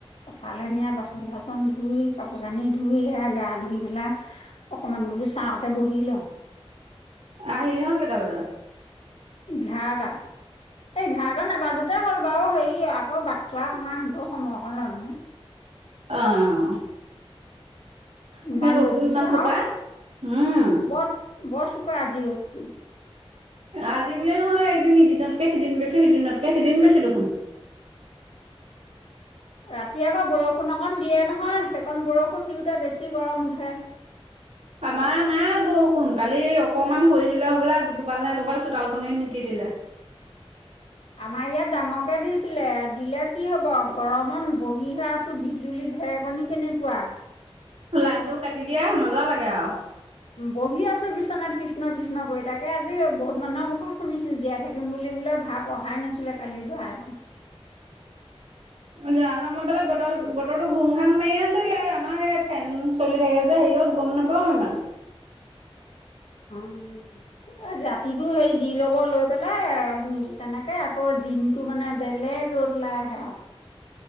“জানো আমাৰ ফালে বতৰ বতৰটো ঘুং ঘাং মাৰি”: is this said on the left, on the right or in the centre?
Right